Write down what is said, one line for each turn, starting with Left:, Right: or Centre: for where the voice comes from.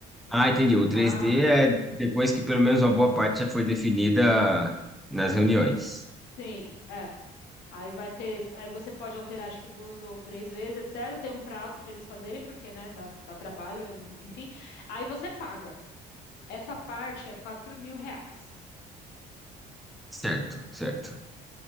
Left: Eles
Centre: Ah,
Left: vão
Centre: entendi.
Left: apresentar.
Centre: O três d é depois que pelo menos uma boa parte já foi definida nas reuniões.
Left: Sim, é. Aí vai ter, aí você pode alterar acho que duas ou três vezes, etc. Tem um prazo para eles fazerem, porque, né, dá, dá trabalho, enfim. Aí você paga. Essa parte é quatro mil reais.
Centre: Certo, certo.